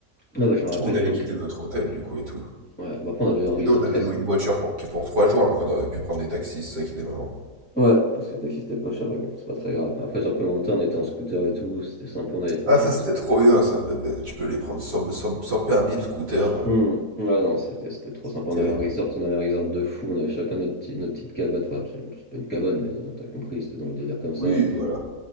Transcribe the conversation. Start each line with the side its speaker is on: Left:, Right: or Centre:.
Centre: Ah, bah, je me rappelle
Right: On avait
Centre: que l'eau.
Right: quitté notre hôtel, du coup, et tout.
Centre: Ouais, bah, après, on avait eu un
Right: Puis
Centre: resort
Right: nous, on avait
Centre: très
Right: loué
Centre: sympa.
Right: une voiture pour, pour 3 jours alors qu'on aurait pu prendre des taxis, c'est ça qui était marrant.
Centre: Ouais, parce que le taxi c'était pas cher, mais bon, c'est pas très grave. Après, sur koh on était en scooter et tout, c'était sympa, on avait,
Right: Ah,
Centre: on avait
Right: ça
Centre: notre-
Right: c'était trop bien ça, même, euh, tu peux les prendre sans, sans, sans permis le scooter, euh,
Centre: Hmm, Ouais, non, c'était c'était trop
Right: c'est
Centre: sympa,
Right: terrible.
Centre: on avait un resort, on avait un resort de fou, on avait chacun notre, petit, notre petite cabane, enfin, c'est c'est pas une cabane, mais euh, t'as compris, c'était dans le délire comme ça.
Right: Oui, voilà.